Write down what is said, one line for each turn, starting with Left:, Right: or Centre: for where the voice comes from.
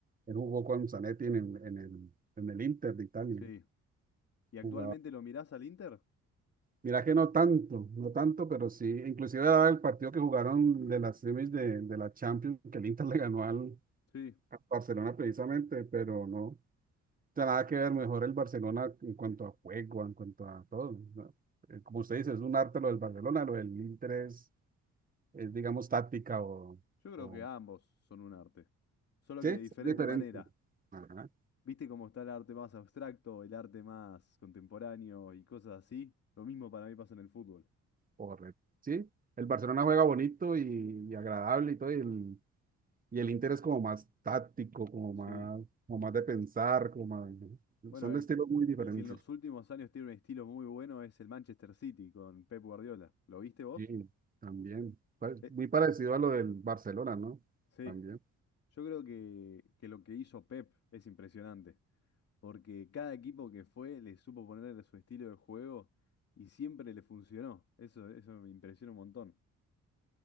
Right: Él jugó con Zanetti en el, en el, en el Inter de Italia.
Left: Sí. ¿Y actualmente
Right: Jugaba.
Left: lo mirás al Inter?
Right: Mira que no tanto, no tanto, pero sí. Inclusive era el partido que jugaron de las semis de, de la Champions, que el Inter le ganó al,
Left: Sí.
Right: al Barcelona precisamente, pero no. tiene nada que ver mejor el Barcelona en cuanto a juego, en cuanto a todo. ¿no? Eh, Como usted dice, es un arte lo del Barcelona, lo del Inter es, es, digamos, táctica o,
Left: Yo creo
Right: o
Left: que ambos son un arte. Solo
Right: Sí,
Left: que de diferente
Right: son diferentes.
Left: manera.
Right: Ajá,
Left: ¿Viste cómo está el arte más abstracto, el arte más contemporáneo y cosas así? Lo mismo para mí pasa en el fútbol.
Right: correcto. Sí, el Barcelona juega bonito y, y agradable y todo, y el, y el Inter es como más táctico, como
Left: Sí.
Right: más, como más de pensar, como más, ¿no?
Left: Bueno,
Right: Son
Left: el,
Right: de estilos muy diferentes.
Left: el que en los últimos años tiene un estilo muy bueno es el Manchester City con Pep Guardiola. ¿Lo viste vos?
Right: Sí, también. Pa-
Left: Eh,
Right: Muy parecido a lo del Barcelona, ¿no?
Left: sí.
Right: También.
Left: Yo creo que, que lo que hizo Pep es impresionante. porque cada equipo que fue le supo ponerle su estilo de juego y siempre le funcionó. Eso, eso me impresiona un montón.